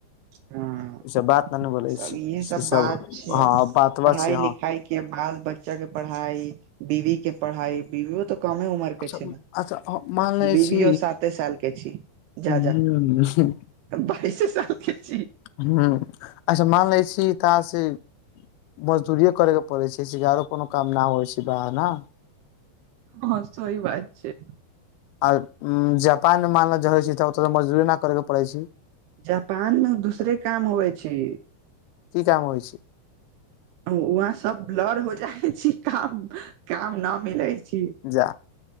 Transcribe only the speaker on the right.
हँ
त
इहे सभ
बात छै
पढ़ाई
लिखाई। क बाल बच्चा के पढ़ाई बीवी के पढ़ाई बीवी तो कमे उमर। कम उमर के
छैय
बिवी
साते साल के छी जा।
बइसे साल के छी।
ह सही बात छै।
जापान मे दूसरे काम होई छै
वहाँ सभ ब्लर हो जाइ छी काम, काम नै मिलै छी